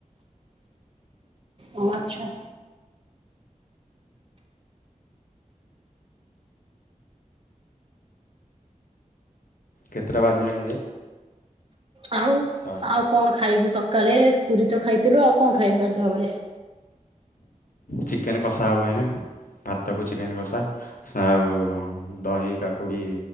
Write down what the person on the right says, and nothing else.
ହଁ ଆଚ୍ଛା।
ଆଉ
ଆଉ କଣ ଖାଇବୁ ସକାଳେ ପୁରୀ ତ ଖାଇଥିଲୁ ଆଉ କଣ ଖାଇବୁ ଗାଧୁଆ ବେଳେ?